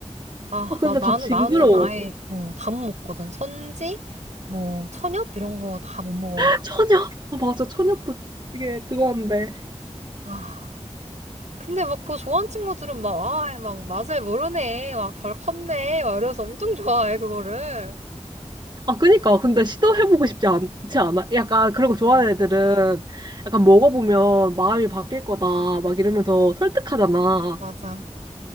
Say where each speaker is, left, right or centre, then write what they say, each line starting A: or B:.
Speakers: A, on the right; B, on the right.
A: 아,
B: 아 근데
A: 나, 나는,
B: 다 징그러워.
A: 나는 아예, 어, 다 못 먹거든. 선지, 뭐, 천엽, 이런 거 다 못 먹어.
B: <laughs> 천엽. 아 맞아. 천엽도 되게 그거 한데.
A: 아, 근데 막 그거 좋아하는 친구들은 막, 아, 막 맛을 모르네. 막 덜 컸네. 막 이러면서 엄청 좋아해, 그거를.
B: 아, 그니까. 근데 시도해보고 싶지 않지 않아? 약간 그런 거 좋아하는
A: 어,
B: 애들은 약간 먹어보면 마음이 바뀔 거다. 막 이러면서 설득하잖아.
A: 맞아.